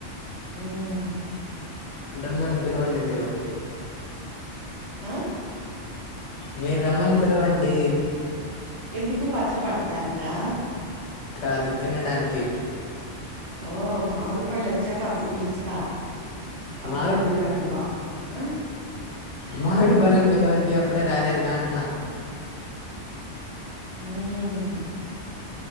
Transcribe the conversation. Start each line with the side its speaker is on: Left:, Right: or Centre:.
Right: ఉమ్
Left: డమ్మని పిలవండి మీరు
Right: ఆ
Left: మీర్ రమ్మని పిలవండి
Right: ఎందుకు పచ్చడి పట్టటానికా
Left: కాదు తినడానికి
Right: ఓ మామిడి పళ్ళు వచ్చాక అప్పుడు పిలుస్తా అప్పుడువద్దురు
Left: మామిడి
Right: గాని బా ఆ
Left: మామిడి పళ్ళను పిల్లవంటి అప్పుడే రాలేదు గా అంటున్న
Right: ఉమ్